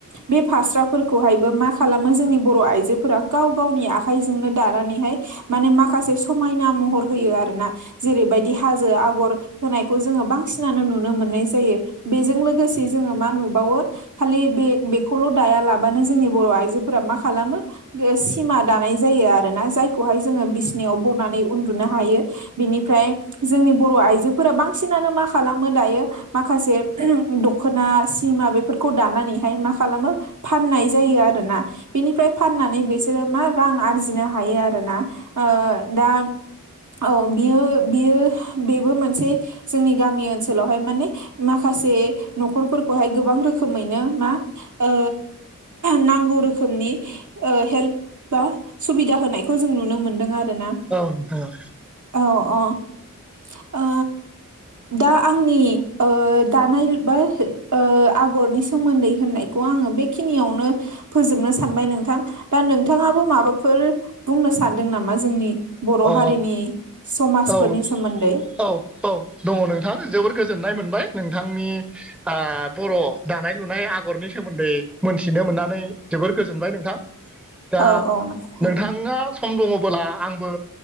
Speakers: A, on the right; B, in the centre.
A: बे फास्रा फोरखौहायबो मा खालामो जोंनि बर' आइजोफोरा गाव गावनि आखाइजोंनो दानानैहाय माने माखासे समायना महर होयो आरोना जेरैबायदि हाजो आगर होनायखौ जोङो बांसिनानो नुनो मोननाय जायो बेजों लोगोसे जोंहा मा नुबावयो खालि बे बेखौल ला बानो जोंनि बर आइजो मा खालामो सिमा दानाय जायो आरोना जाय खौहाय जोङो बिसिनाययाव बरनानै उन्दुनो हायो बिनिफ्राय जोंनि बर' आइजोफोरा बांसिनानो मा खालामो दायो माखासे दख'ना सिमा बेफोरखौ दानानैहाय मा खालामो फाननाय जायो आरोना बिनिफ्राय फाननानै बिसोरो मा रां आरजिनो हायो आरोना। ओ दा औ बियो बियो बेबो मोनसे जोंनि गामि ओनसोलावहाय माने माखासे न'खरफोरखौहाय गोबां रोखोमैनो मा ओ नांगौ रोखोमनि ओ हेल्प बा सुबिदा होनायखौ जों नुनो मोनदों आरो ना।
B: औ औ
A: औ अ ओ दा आंनि ओ दानाय बा ओ आगरनि सोमोन्दै होननायखौ आङो बे खिनियावनो फोजोबनो सानबाय नोंथां दा नोंथाङाबो माबा फोर बुंनो सानदों नामा जोंनि बर'
B: औ
A: हारिनि समाजफोरनि
B: अ औ
A: सोमोन्दै।
B: औ औ दङ नोंथां जोबोर गोजोननाय मोनबाय। नोंथांनि आ बर' दानाय लुनाय आ गरनि सोमोन्दै मोनथिनो मोननानै जोबोर गोजोनबाय नोंथां। दा
A: औ औ नोंथां
B: नोंथाङा सम दङबोला आंबो